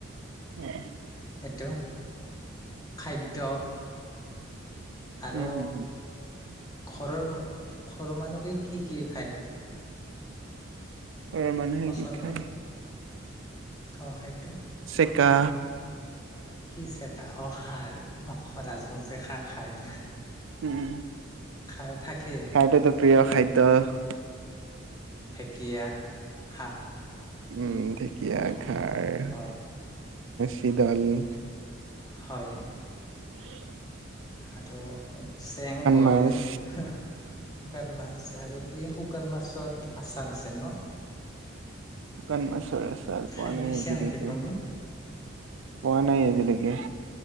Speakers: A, on the right; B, on the left.
A: এ হে
B: এইটো খাদ্য আৰু
A: উম হম হম
B: ঘৰৰ সৰু মানুহ কি, কি কি খায়?
A: ইয়াৰ মানুহে
B: পচন্দৰ
A: কি খায়?
B: খোৱা খাদ্য
A: চিকা
B: কিছেট আপ অ খাৰ অ ৰাজবংশী খাৰ খায়
A: উম
B: খাৰ থাকে
A: সেইটোটো প্ৰিয় খাদ্য ।
B: ফেকীয়া। হাক ।
A: উম ঢেঁকীয়া। <unintelligible>
B: হয়
A: শি দালি <unintelligible>
B: হয়।
A: উ <inaudible>
B: আৰু? চেংঘৰে।
A: মাছ।
B: শুকান মাছ! আৰু কি শুকান মাছৰ আচাৰ আছে ন?
A: শুকান মছৰ আচাৰ
B: খাই
A: পোৱা নাই
B: পাইছা
A: আজি
B: নেকি
A: লৈকে।
B: তুমি?
A: পোৱা নাই আজিলৈকে।